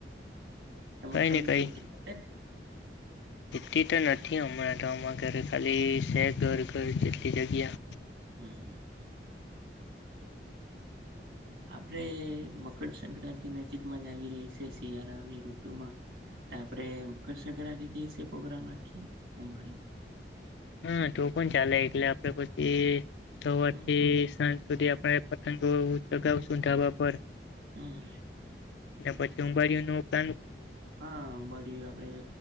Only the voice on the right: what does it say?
ટમે
ટમી
<unintelligible>
હમ્મ, હમ્મ, હમ્મ. આપડે મકરસંક્રાંતિ નજીક માં જ આવી રહી છે શિયાળાઓની ઋતુમાં. તા આપડે કરશે કરારી દેશે. પ્રોગ્રામ રાખીએ, ઓબડિયું.
હમ
હમ
હમ
હમ
હા અંબાડી આપેં